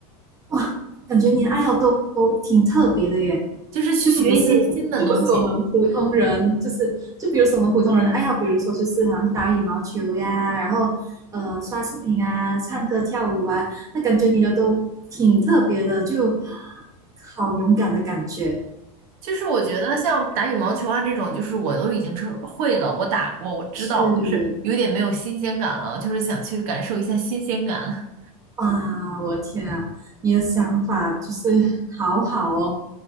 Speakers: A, on the right; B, on the right.
A: 哇，感觉你的爱好都都挺特别的耶，
B: 就是去学一些新的东西。
A: 就不是就不是我们普通人，就是就比如说我们普通人的爱好，比如说就是好像打羽毛球呀，然后呃刷视频啊、唱歌跳舞啊，那感觉你的都挺特别的，就好勇敢的感觉，
B: 就是我觉得像打羽毛球啊这种，就是我都已经是会了，我打过，我知道，
A: 是
B: 就是有点没有新鲜感了，就是想去感受一下新鲜感。
A: 哇，我的天啊，你的想法就是 <laughs> 好好哦，